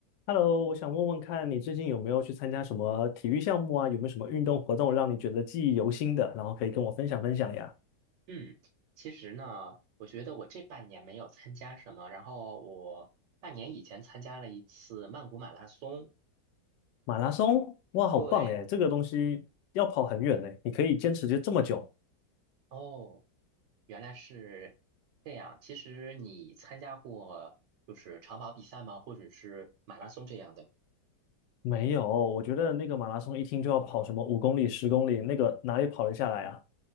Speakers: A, on the left; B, on the right.
A: Hello，我想问问看你最近有没有去参加什么体育项目啊？有没有什么运动活动让你觉得记忆犹新的？然后可以跟我分享分享呀。
B: 嗯，其实呢，我觉得我这半年没有参加什么，然后我半年以前参加了一次曼谷马拉松。
A: 马拉松，哇，好棒哎！
B: 对，
A: 这个东西要跑很远呢，你可以坚持就这么久？
B: 哦，原来是这样。其实你参加过就是长跑比赛吗？或者是马拉松这样的？
A: 没有，我觉得那个马拉松一听就要跑什么五公里、十公里，那个哪里跑得下来啊？